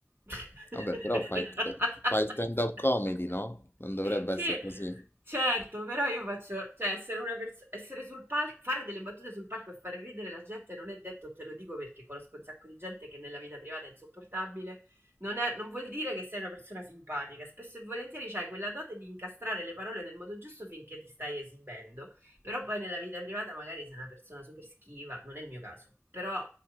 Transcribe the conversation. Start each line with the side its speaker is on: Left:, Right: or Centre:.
Right: <laughs>
Left: Vabbè, però fai, fai stand-up comedy, no? Non dovrebbe
Right: Sì,
Left: essere così.
Right: certo, però io faccio, cioè essere una persona, essere sul palco, fare delle battute sul palco e fare ridere la gente non è detto, te lo dico perché conosco un sacco di gente che nella vita privata è insopportabile, non, è- non vuol dire che sei una persona simpatica, spesso e volentieri c'hai quella dote di incastrare le parole nel modo giusto finché ti stai esibendo, però poi nella vita privata magari sei una persona super schiva, non è il mio caso, però